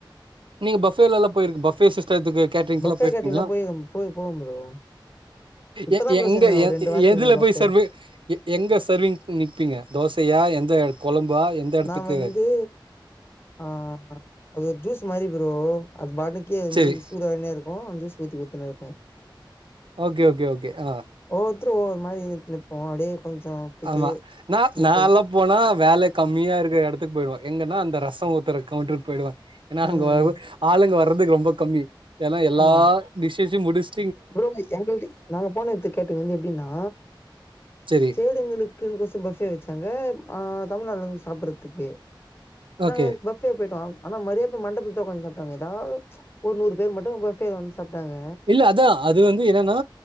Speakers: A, on the right (about 75°); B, on the left (about 25°).
A: நீங்க பஃபேலல்லா போயிருக்கு பஃபே சிஸ்டத்துக்கு கேட்டரிங்
B: பஃபே
A: எல்லா போயிருக்கீங்களா
B: கேட்டீங்னா போய் போய் போவோ ப்ரோ இப்பதா
A: எ
B: ப்ரோ
A: எங்க
B: செஞ்ச ஒரு ரெண்டு வாரத்துக்கு
A: எதுல
B: முன்னாடி பஃபே
A: போய் சர்வே எங்க சர்விங் நிப்பீங்க தோசயா எந்த குழம்பா எந்த இடத்துக்கு
B: நா வந்து ஆ அது ஜூஸ் மாரி ப்ரோ அது பாட்ணிக்கே <unintelligible>
A: செரி
B: சூதானே இருக்கும் சுூஸ் ஊத்தி குத்துன்னு இருப்ப
A: ஓகே ஓகே ஓகே ஆ
B: ஒவ்வருத்தரு ஒவ்வொரு மாதிரி இருத்துப்போ அப்டியே கொஞ்சோ விட்டு
A: ஆமா நா
B: நிப்போ
A: நாலா போனா வேல கம்மியா இருக்கற இடத்துக்கு போயிடுவ எங்கன்னா அந்த ரச ஊத்துற கவுண்டருக்கு போயிடுவ ஏன்னா
B: ம்
A: அங்க வ ஆளுங்க வர்றதுக்கு ரொம்ப கம்மி ஏன்னா எல்லா
B: ஆமா ஆமா
A: டிஷஸு முடிச்
B: ப்ரோ மை எங்களுக்கு நாங்க போன இது கேட்டுங்க வந்து எப்டின்னா
A: செரி
B: செய்றவங்களுக்கு எங்களுக்கு கொசர பஃப்பே வைச்சாங்க ஆ தமிழ் ஆளுங்க வந்து சாப்டறதுக்கு நாங்க
A: ஓகே
B: ஃபர்ஸ்டே போய்டோ ஆனா மரியா மண்டபத்த உக்காந்து சாப்ட்டாங்க ஏதாது ஒரு நூறு பேர் மட்டு பஃப்பே வந்து சாப்ட்டாங்க
A: இல்ல அதா அது வந்து என்னன்னா